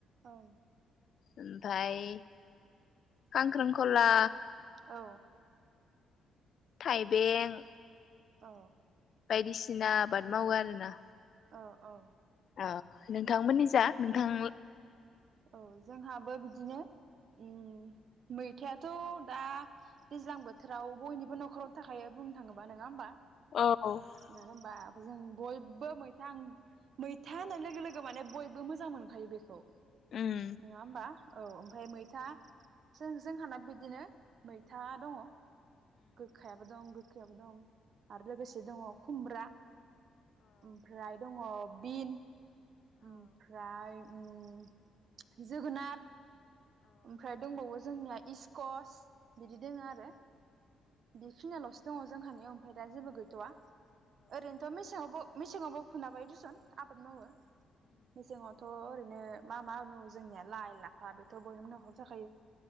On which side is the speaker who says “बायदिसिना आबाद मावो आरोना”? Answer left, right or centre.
Left